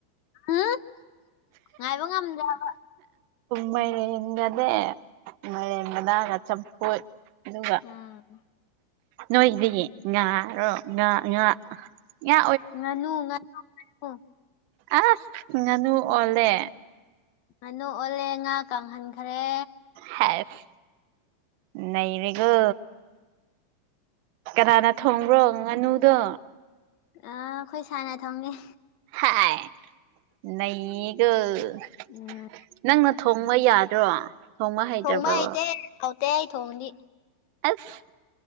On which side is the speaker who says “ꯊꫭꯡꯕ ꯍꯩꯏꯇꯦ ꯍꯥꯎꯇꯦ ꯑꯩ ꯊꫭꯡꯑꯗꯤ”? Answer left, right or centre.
Left